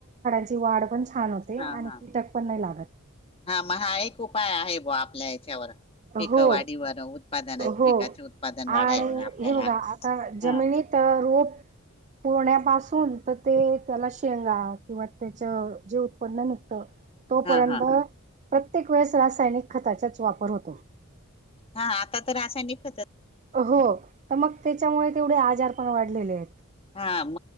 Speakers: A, on the right; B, on the left.
A: त्या वाढ पण छान होते
B: हा
A: आणि
B: हा
A: कीटक पण नाही लागत.
B: हा मग हा एक उपाय आहे ब आपल्या याच्यावर पिकवाडीवर
A: हो
B: उत्पादना
A: हो
B: पिकाचे उत्पादन वाढा
A: आणि
B: आपल्याला
A: हे बघा आता जमिनीत
B: ह.
A: रोप
B: ह
A: पुरण्यापासून तर ते त्याला शेंगा किंवा त्याच जे उत्पन्न निघतं. तोपर्यंत
B: हा हा
A: प्रत्येक वेळेस रासायनिक खताचाच वापर होतो.
B: हा आता तर असा नि खतच
A: हो तर मग त्याच्यामुळे तेवढे आजार पण वाढलेले आहेत.
B: हा म